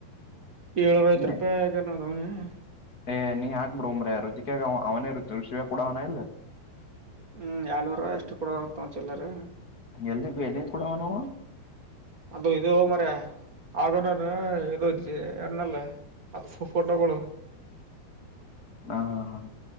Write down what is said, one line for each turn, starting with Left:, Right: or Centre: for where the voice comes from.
Right: ಏಳ್ನೂರ್ ಐವತ್
Left: ನೀ
Right: ರೂಪಾಯಿ <unintelligible>
Left: ಏ ನೀ ಹಾಕ್ಬೇಡೋ ಮಾರಾಯ ರುಜುಕ್ಯಾಗ್ ಅವ ಅವನೇ <unintelligible> ಕೂಡಾ ಅವನೇ
Right: ಹ್ಮ್ ಏಳ್ನೂರ ಎಷ್ಟು ಕೊಡೋದಾತ್ ನಾ ಚಿಲ್ಲರೆ.
Left: ಎಲ್ರಿಗೂ ಎಲ್ಲಿಂದ ಕೂಡವ ನಾವು.
Right: ಅದು ಇದು ಮಾರಾಯ ಆಗನ ಇದು ಜ್ ಎನ್ನಲ್ಲ. ಅದು ಫೋಟೋಗಳು.
Left: ಹಾ ಹಾ ಹಾ.